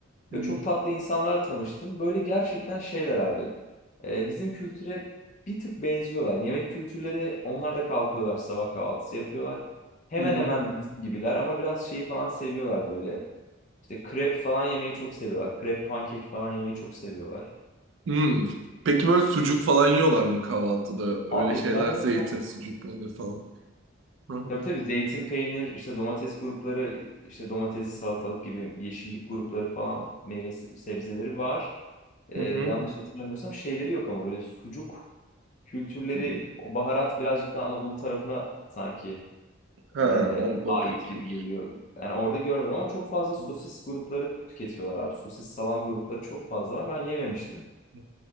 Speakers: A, on the right (about 70°); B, on the left (about 35°).
A: Hı
B: Ve
A: hı.
B: çok tatlı insanlarla tanıştım. Böyle gerçekten şeyler abi. Ee, bizim kültüre bir tık benziyorlar. Yemek kültürleri onlar da kalkıyorlar sabah kahvaltısı yapıyorlar. Hemen
A: Hı hı.
B: hemen bizim gibiler ama biraz şeyi falan seviyorlar böyle. İşte krep falan yemeyi çok seviyorlar. Krep pankek falan yemeyi çok seviyorlar.
A: Hmm. Peki böyle sucuk falan yiyorlar mı kahvaltıda? Öyle
B: Abi
A: şeyler
B: ben ona
A: zeytin,
B: çok
A: sucuk peynir falan. Hı hı.
B: tabii tabii zeytin peynir işte domates grupları işte domatesli salatalık gibi yeşillik grupları falan meyve sebzeleri var. Ee,
A: Hı
B: yanlış
A: hı.
B: hatırlamıyorsam şeyleri yok ama böyle sucuk kültürleri
A: Hı.
B: o baharat birazcık daha Anadolu tarafına sanki
A: Ha,
B: e,
A: on, o
B: ait
A: pek
B: gibi
A: yok.
B: geliyor. Yani orada görmedim ama çok fazla sosis
A: Hı
B: grupları tüketiyorlar abi. Sosis salam grupları çok fazla var. Ben yememiştim.
A: hı.